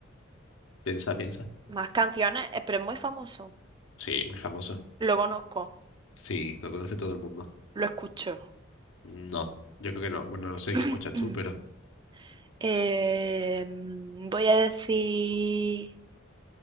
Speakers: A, on the left (about 80°); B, on the right (about 20°).
A: Piensa, piensa.
B: Más canciones, eh, pero es muy famoso.
A: Sí, muy famoso.
B: Lo conozco,
A: Sí, lo conoce todo el mundo.
B: lo escucho.
A: No, yo creo que no. Bueno, no sé
B: <clears throat>
A: qué escuchas tú, pero...
B: Eh, mm, voy a decir...